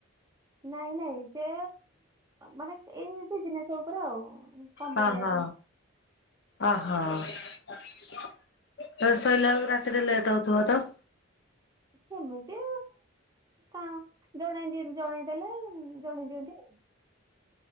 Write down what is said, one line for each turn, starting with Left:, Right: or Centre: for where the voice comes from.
Right: ନାଇଁ ନାଇଁ ସେ ମାନେ ସେ ବିଜନେସ ଉପରେ ଆଉ। କାମରେ
Left: ହଁ
Right: ଯାଇଛନ୍ତି
Left: ହଁ। ଓହୋ ଶୋଇଲା ବେଳକୁ ରାତିରେ ଲେଟ୍ ହଉଥିବ ତ?
Right: ସେମିତି ଆଉ ଜଣେ ଯିଏ ଜଣେଇଦେଲେ ଜଣେଇ ଦିଅନ୍ତି ଆଉ।